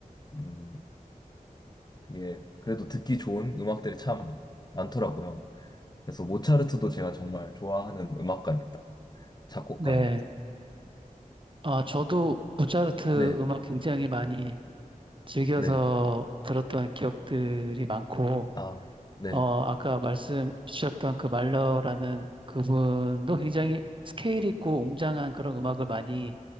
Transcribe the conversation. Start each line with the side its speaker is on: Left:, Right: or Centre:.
Left: 음, 되게 그래도 듣기 좋은 음악들이 참 많더라고요. 그래서 모차르트도 제가 정말 좋아하는 음악가입니다. 작곡가입니다.
Right: 네. 아, 저도 모차르트
Left: 네,
Right: 음악 굉장히 많이 즐겨서
Left: 네,
Right: 들었던 기억들이 많고,
Left: 아, 네,
Right: 어, 아까 말씀 주셨던 그 말러라는 그분도 굉장히 스케일 있고 웅장한 그런 음악을 많이